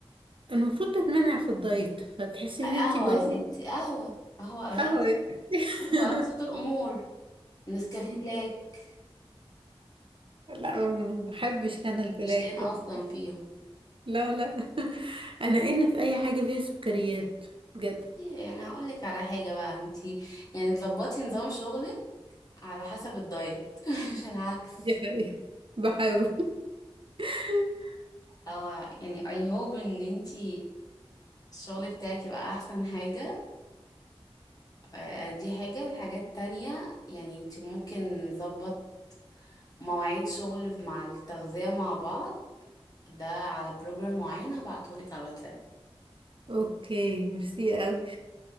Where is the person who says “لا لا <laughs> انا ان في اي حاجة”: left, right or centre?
Right